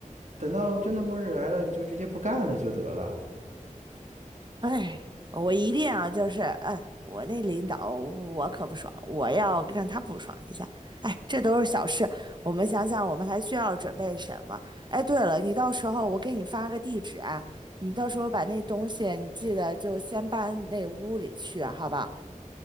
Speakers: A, on the right; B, on the right.
A: 等到真的末日来了，你就直接不干了就得了。
B: 哎，我一定啊，就是，哎，我那领导我可不爽，我要让他不爽一下。哎，这都是小事，我们想想，我们还需要准备什么？哎，对了，你到时候我给你发个地址啊，你到时候把那东西你记得就先搬那屋里去啊，好吧？